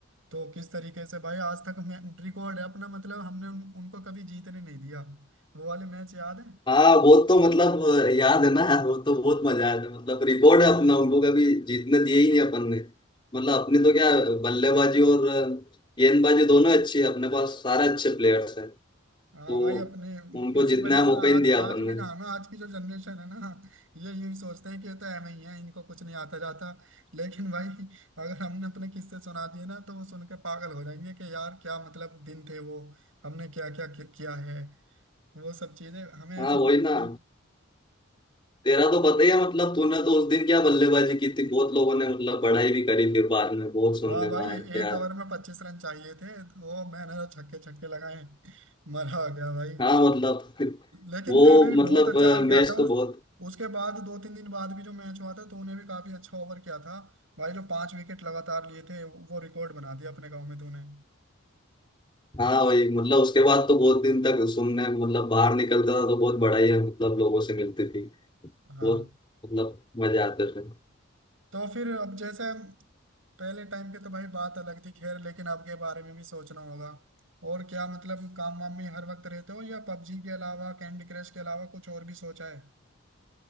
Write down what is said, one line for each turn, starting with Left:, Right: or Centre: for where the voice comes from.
Right: तो किस तरीके से भाई आज तक मैं रिकॉर्ड है अपना मतलब हमने उन, उनको कभी जीतने नहीं दिया वो वाले मैच याद है
Left: हाँ वो तो मतलब याद है ना यार, वो तो बहुत मजा आया था मतलब रिकॉर्ड है अपना उनको कभी जीतने दिए ही नहीं अपन ने मतलब अपने तो क्या बल्लेबाजी और गेंदबाजी दोनों अच्छी है अपने पास सारे अच्छे प्लेयर्स हैं तो
Right: हाँ भाई अपने
Left: उनको
Right: इसी
Left: जितना
Right: वजह
Left: मौका
Right: से आज
Left: ही नहीं दिया
Right: आज
Left: अपन
Right: भी
Left: ने
Right: ना हमें आज की जो जनरेशन है ना ये यूं ही सोचते हैं कि ये तो एम ही है इनको कुछ नहीं आता जाता लेकिन भाई अगर हमने अपने किस्से सुना दिए ना तो वो सुन के पागल हो जाएंगे कि यार क्या मतलब दिन थे वो हमने क्या क्या किया है वो सब चीजें हमें
Left: हाँ
Right: ऐसी
Left: वही
Right: समझती
Left: ना
Right: हैं
Left: तेरा तो पता ही है मतलब तूने तो उस दिन क्या बल्लेबाजी की थी बहुत लोगों ने मतलब बड़ाई भी करी फिर बाद में बहुत सुनने
Right: हाँ भाई
Left: में आया कि
Right: एक
Left: यार
Right: ओवर में पच्चीस रन चाहिए थे तो वो मैंने तो छक्के छक्के लगाए मरा हो गया भाई
Left: हाँ मतलब <laughs>
Right: लेकिन
Left: वो
Right: तेने भी
Left: मतलब
Right: बहुत अच्छा ओवर किया
Left: मैच
Right: था
Left: तो
Right: उस
Left: बहुत
Right: उसके बाद दो तीन दिन बाद भी जो मैच हुआ था तो उन्हें भी काफी अच्छा ओवर किया था भाई जो पांच विकेट लगातार लिए थे वो रिकॉर्ड बना दिया अपने गांव में तूने
Left: हाँ वही मतलब उसके बाद तो बहुत दिन तक सुनने मतलब बाहर निकलता था तो बहुत बड़ा ही है, मतलब लोगों से मिलती थी
Right: हाँ
Left: बहुत मतलब मजे आते थे
Right: तो फिर अब जैसे पहले टाइम की तो भाई बात अलग थी खैर लेकिन आपके बारे में भी सोचना होगा और क्या मतलब काम वाम में हर वक्त रहते हो या पबजी के अलावा कैंडी क्रश के अलावा कुछ और भी सोचा है